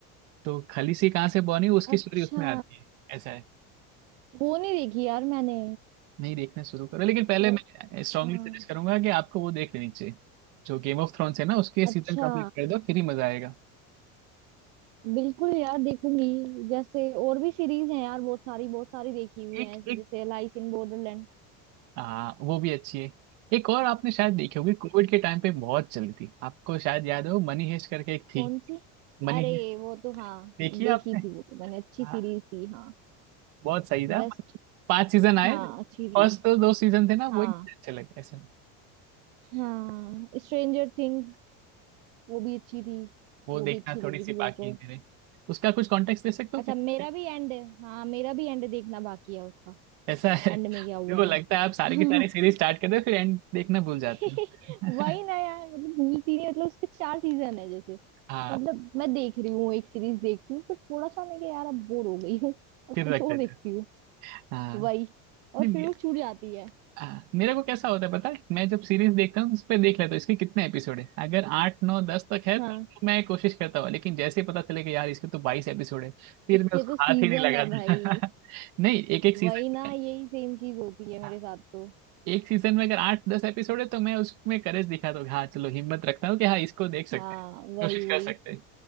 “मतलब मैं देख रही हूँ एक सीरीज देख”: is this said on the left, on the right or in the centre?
Right